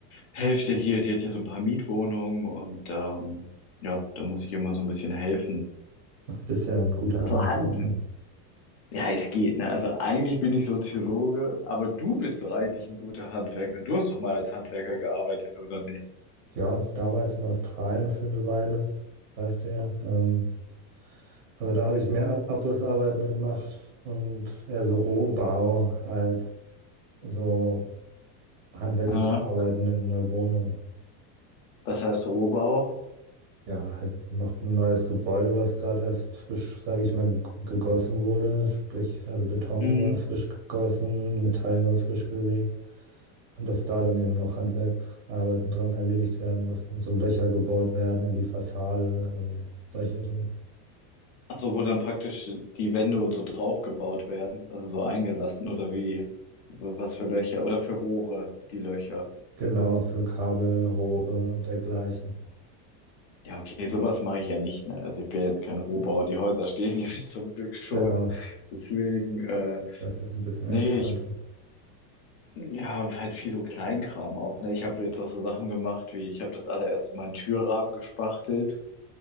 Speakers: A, on the left; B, on the right.
A: Hälfte hier, die hat hier so ein paar Mietwohnungen und ähm, ja, da muss ich immer so ein bisschen helfen.
B: Bist ja ein guter
A: Also
B: Handwerker.
A: Hand, ja, es geht, ne? Also eigentlich bin ich Soziologe, aber du bist doch eigentlich ein guter Handwerker. Du hast doch mal als Handwerker gearbeitet, oder nicht?
B: Ja, damals in Australien für eine Weile, weißt du ja. Ähm, aber da habe ich mehr Ab Abrissarbeiten gemacht und eher so Rohbau als so handwerkliche
A: Ja,
B: Arbeiten in einer Wohnung.
A: das heißt Rohbau.
B: Ja, halt noch ein neues Gebäude, was gerade erst frisch, sage ich mal, gegossen wurde. Sprich, also Beton
A: Mhm.
B: war frisch gegossen, Metall war frisch gelegt. Und dass da dann eben noch Handwerksarbeiten dran erledigt werden mussten, so Löcher gebohrt werden in die Fassade und solche Dinge.
A: Also wo dann praktisch die Wände und so draufgebaut werden, also so eingelassen oder wie, was für Löcher oder für Rohre, die Löcher.
B: Genau, für Kabel, Rohre und dergleichen.
A: Ja, okay, sowas mache ich ja nicht, ne? Also ich bin jetzt kein Rohbauer, die Häuser stehen hier <laughs> zum Glück schon.
B: Genau,
A: Deswegen, äh,
B: das ist ein bisschen
A: nee,
B: entspannter.
A: ich, ja, halt viel so Kleinkram auch, ne? Ich habe jetzt auch so Sachen gemacht, wie ich habe das allererste Mal einen Türrahmen gespachtelt.